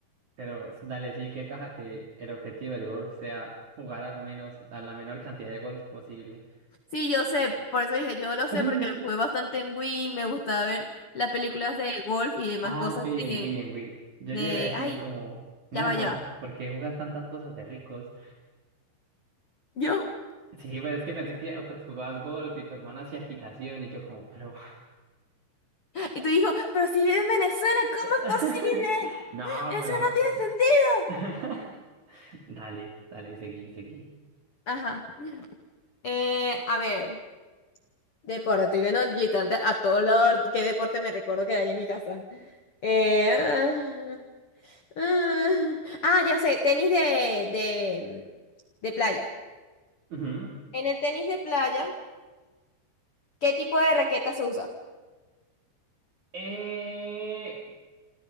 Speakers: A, on the right; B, on the left.
A: Pero s- dale, sí, que caja que el objetivo del golf sea jugar al menos, a la menor cantidad de golf posible.
B: Sí, yo sé. Por eso dije, yo lo sé
A: <laughs>
B: porque lo jugué bastante en Wii. Me gustaba ver las películas de golf y demás
A: Ah,
B: cosas
A: ok, en
B: de,
A: Wii, en Wii. Yo
B: de...
A: llegué a decir
B: Ay,
A: como, mira,
B: ya va,
A: ¿por,
B: ya va.
A: por qué jugas tantas cosas de ricos?
B: Yo.
A: Sí, pero es que pensé que pues, jugabas golf y tu hermana hacía equitación y yo como, pero...
B: Y tú dijo, pero si vive en Venezuela, ¿cómo
A: <laughs>
B: es posible?
A: No,
B: Eso
A: pero...
B: no tiene sentido.
A: <laughs> Dale, dale, seguí, seguí.
B: Ajá. Eh, a ver. Deporte, estoy viendo literalmente a todo lado qué deporte me recuerdo que hay en mi casa. Eh, ah, ah, ah, ya sé, tenis de, de, de playa.
A: Ujú.
B: En el tenis de playa, ¿qué tipo de raqueta se usa?
A: Eh...